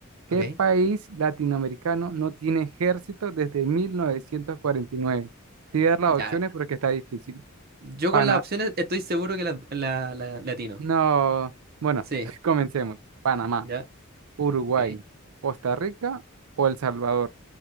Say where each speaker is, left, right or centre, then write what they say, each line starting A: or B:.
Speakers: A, on the right (about 85°); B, on the right (about 45°).
A: ¿Qué
B: ok.
A: país latinoamericano no tiene ejército desde 1949? Te voy a dar las
B: Ya.
A: opciones porque está difícil.
B: Yo
A: Pana,
B: con las opciones estoy seguro que la, la, la- le atino.
A: no. Bueno,
B: Sí,
A: <laughs> comencemos. Panamá,
B: ya,
A: Uruguay,
B: ok.
A: Costa Rica o El Salvador.